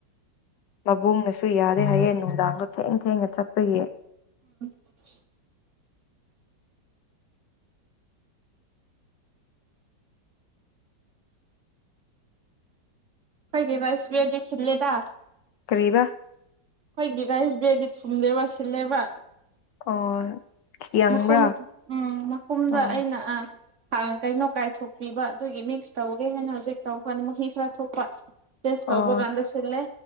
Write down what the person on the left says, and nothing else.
ꯃꯕꯨꯡꯅꯁꯨ ꯌꯥꯔꯦ ꯍꯌꯦꯡ ꯅꯨꯡꯗꯥꯡꯗꯣ ꯊꯦꯡ ꯊꯦꯡꯅ ꯆꯠꯄꯒꯤ
ꯀꯕ
ꯑꯣ ꯌꯥꯡꯕ꯭ꯔꯥ
ꯎꯝ
ꯑꯣ